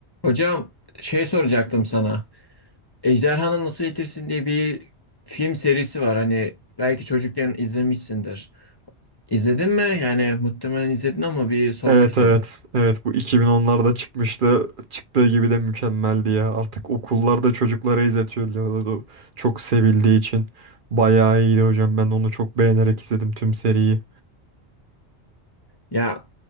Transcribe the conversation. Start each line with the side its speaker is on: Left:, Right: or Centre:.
Left: Hocam şey soracaktım sana. Ejderhanı Nasıl Eğitirsin diye bir film serisi var. Hani belki çocukken izlemişsindir. İzledin mi? Yani muhtemelen izledin ama bir sormak
Right: Evet
Left: istedim.
Right: evet. Evet bu 2010'larda çıkmıştı. Çıktığı gibi de mükemmeldi ya. Artık okullarda çocuklara izletiyorlardı. Çok sevildiği için. Bayağı iyiydi hocam. Ben onu çok beğenerek izledim tüm seriyi.
Left: Ya